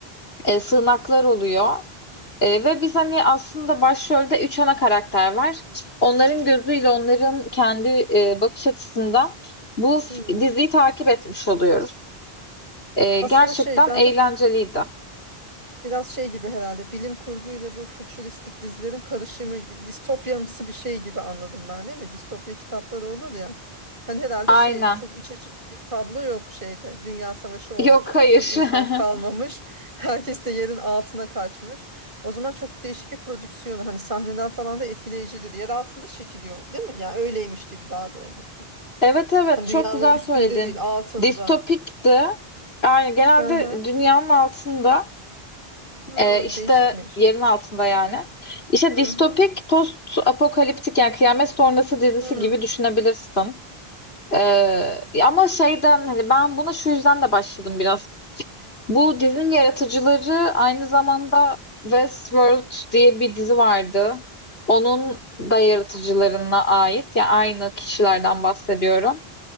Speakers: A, on the left (about 75°); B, on the right (about 55°).
A: e, sığınaklar oluyor. E, ve biz hani aslında başrolde üç ana karakter var. Onların gözüyle, onların kendi e, bakış açısından bu
B: Hmm.
A: f- diziyi takip etmiş oluyoruz. E, gerçekten
B: Aslında şey ben
A: eğlenceliydi.
B: tabii biraz şey gibi herhalde bilim kurguyla bu fütüristik dizilerin karışımı gibi distopyamsı bir şey gibi anladım ben değil mi? Distopya kitapları olur ya. Hani herhalde
A: Aynen.
B: şey çok iç açıcı bir tablo yok şeyde. Dünya savaşı olmuş.
A: Yok, hayır.
B: çok insan kalmamış.
A: <laughs>
B: <laughs> Herkes de yerin altına kaçmış. O zaman çok değişik bir prodüksiyonu hani sahneler falan da etkileyici dedi. Yer altında çekiliyor değil mi? Yani öyleymiş gibi daha doğrusu.
A: Evet evet
B: Hani
A: çok
B: dünyanın
A: güzel
B: üstünde
A: söyledin.
B: değil altında.
A: Distopikti. Yani genelde
B: Hı hı.
A: dünyanın altında
B: Hı,
A: Ee, işte
B: değişikmiş.
A: yerin altında yani. İşte
B: Hı
A: distopik,
B: hı.
A: post apokaliptik yani kıyamet sonrası dizisi
B: Hı.
A: gibi düşünebilirsin. Ee, ama şeyden hani ben buna şu yüzden de başladım biraz. Bu dizinin yaratıcıları aynı zamanda Westworld diye bir dizi vardı. Onun da yaratıcılarına ait ya yani aynı kişilerden bahsediyorum.